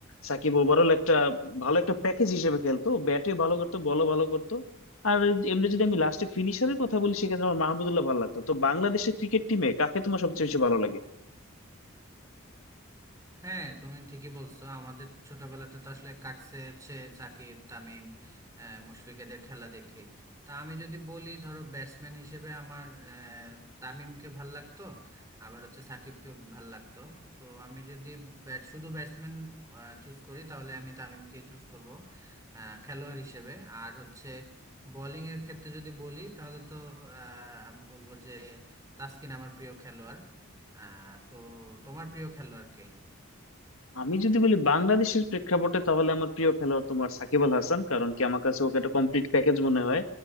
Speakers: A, on the left; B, on the right.
A: সাকিব ওভারঅল একটা ভালো একটা প্যাকেজ হিসেবে খেলতো ব্যাটে ভালো করতো বলও ভালো করতো আর এমনি যদি আমি লাস্টে ফিনিশারের কথা বলি সেক্ষেত্রে আমার মাহমুদুল্লাহ ভালো লাগতো তো বাংলাদেশের ক্রিকেট টিমে কাকে তোমার সবচেয়ে বেশি ভালো লাগে
B: হ্যাঁ তুমি ঠিকই বলছো আমাদের ছোটবেলাটা তো আসলে কাটছে হচ্ছে সাকিব তামিম আহ, মুশফিকদের খেলা দেখে তা আমি যদি বলি ধরো ব্যাটসম্যান হিসেবে আমার আহ, তামিমকে ভাল লাগতো আবার হচ্ছে সাকিবকে ভাল লাগতো তো আমি যদি ব্যাট শুধু ব্যাটসম্যান চুজ করি তাহলে আমি তামিমকে চুজ করব আহ, খেলোয়াড় হিসেবে আর হচ্ছে বোলিং এর ক্ষেত্রে যদি বলি তাহলে তো আহ, আমি বলবো যে তাসকিন আমার প্রিয় খেলোয়াড় আহ, তো তোমার প্রিয় খেলোয়াড় কে
A: আমি যদি বলি বাংলাদেশের প্রেক্ষাপটে তাহলে আমার প্রিয় খেলোয়াড় তোমার সাকিব আল হাসান কারণ কি আমার কাছে ওকে একটা কমপ্লিট প্যাকেজ মনে হয়